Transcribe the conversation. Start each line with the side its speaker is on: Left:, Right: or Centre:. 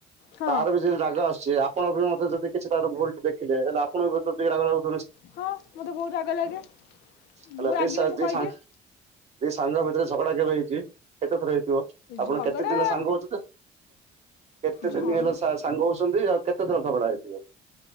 Left: ହଁ
Right: ତାର ବି ଯି ରାଗ ଆସୁଛି ଆପଣଙ୍କର ମଧ୍ୟ୍ୟ ଯଦି କିଛି ତାର ଭୁଲଟେ ଦେଖିଲେ ତାହେଲେ ଆପଣ ବି ରା
Left: ହଁ ମୋତେ ବହୁତ ରାଗ ଲାଗେ
Right: ହେଲା
Left: ମୁଁ
Right: ଦି
Left: ରାଗିଲେ
Right: ସା
Left: ମୁଁ
Right: ଦି
Left: କହିଦିଏ।
Right: ସାଙ୍ଗ ଦି ସାଙ୍ଗ ଭିତରେ ଝଗଡ଼ା କେବେ ହେଇଚି କେତେଥର ହେଇଥିବ? ଆପଣ
Left: ଝଗଡା
Right: କେତେ ଦିନ ସାଙ୍ଗ ହଉଛନ୍ତି, କେତେ
Left: ଝଗ
Right: ଦିନ ହେଲା ସା ସାଙ୍ଗ ହଉଛନ୍ତି ଆଉ କେତେ ଥର ଝଗଡ଼ା ହେଇଥିବ?